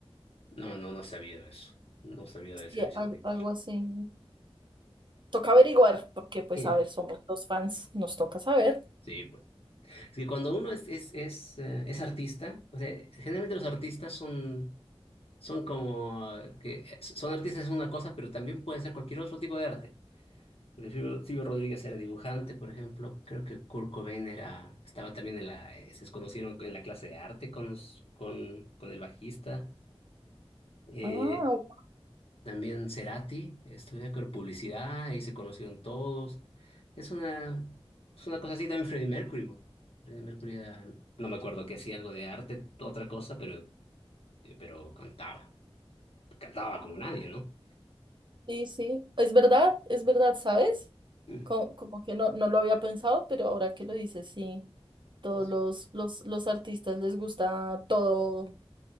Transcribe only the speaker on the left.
No, no, no sabía de eso. No sabía del
servicio
militar.
Eh,
Sí, pues. Es que cuando uno es, es, es, eh, es artista, o sea, generalmente los artistas son, son como que son artistas es una cosa, pero también pueden ser cualquier otro tipo de arte. Porque Silvio, Silvio Rodríguez era dibujante, por ejemplo. Creo que Kurt Cobain era, estaba también en la, eh, se conocieron en la clase de arte con, los- con, con el bajista. Eh,
también Cerati estudiaba con publicidad y se conocieron todos. Es una, es una cosa así también Freddie Mercury. po. Freddie Mercury era- no me acuerdo que hacía algo de arte, otra cosa, pero, eh, pero cantaba. Cantaba como nadie, ¿no?
Mm.
Sí.